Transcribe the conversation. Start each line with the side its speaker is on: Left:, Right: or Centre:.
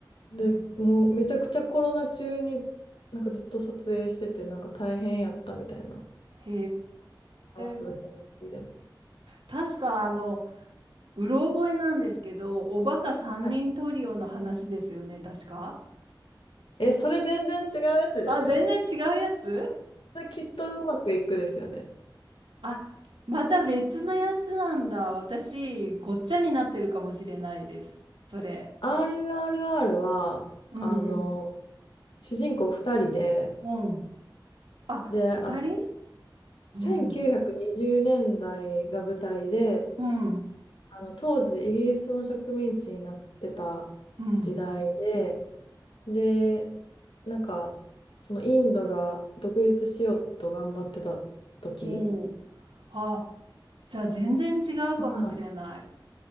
Left: で、
Right: うん、
Left: もうめちゃくちゃコロナ中になんかずっと撮影してて、なんか大変やったみたいな。
Right: へ
Left: マスクドキュメンタリーでも。
Right: え。確かあの、うろ覚えなんですけど、おバカ三人トリオの話ですよね、
Left: はい
Right: 確か。
Left: え、それ全然違うやつですよ。
Right: あ、全然違うやつ
Left: それきっとうまくいくですよね。
Right: あ、また別のやつなんだ。私、ごっちゃになってるかもしれないです。それ。
Left: RRR は、
Right: うんうん。
Left: あの、主人公2人で、
Right: うん。あ、
Left: で、
Right: 二人
Left: あの、1920年代が舞台で、
Right: うん。うん。
Left: あの、当時イギリスの植民地になってた
Right: うん。
Left: 時代で、で、なんか、そのインドが独立しようと頑張ってた時
Right: おお。あ、じゃあ全然違うかもしれない。
Left: の話。